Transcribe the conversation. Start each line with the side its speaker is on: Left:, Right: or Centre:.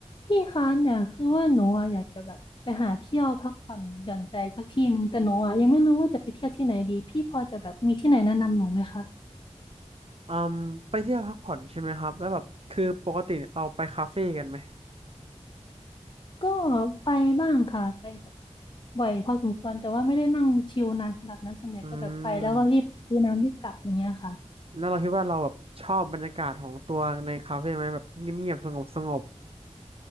Left: พี่คะเนี่ยคือว่าหนูอะอยากจะแบบไปหาเที่ยวพักผ่อนหย่อนใจสักที่หนึ่งแต่หนูอะยังไม่รู้ว่าจะไปเที่ยวที่ไหนดีพี่พอจะแบบมีที่ไหนแนะนำหนูไหมคะ
Right: อืมไปเที่ยวพักผ่อนใช่ไหมครับแล้วแบบคือปกติเนี่ยเราไปคาเฟ่กันไหม
Left: ก็ไปบ้างค่ะไปแบบบ่อยพอสมควรแต่ว่าไม่ได้นั่งชิลนานขนาดนั้นส่วนใหญ่ก็แบบไปแล้วก็รีบดูน้ำรีบกลับอย่างเงี้ยค่ะ
Right: อืมแล้วเราคิดว่าเราแบบชอบบรรยากาศของตัวในคาเฟ่ไหมแบบเงียบๆสงบสงบ